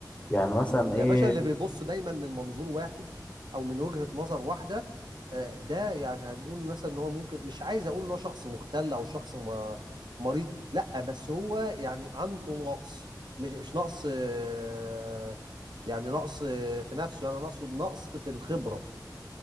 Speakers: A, on the left; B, on the right.
A: يعني مثلا ايه
B: يا باشا اللي بيبص دايما من منظور واحد او من وجهة نظر واحده آه، ده يعني هنقول مثلا ان هو ممكن مش عايز اقول ان هو شخص مختل او شخص م- مريض لا بس هو يعني عنده نقص مش مش نقص آه، يعني نقص آه، في نفسه انا اقصد نقص في الخبره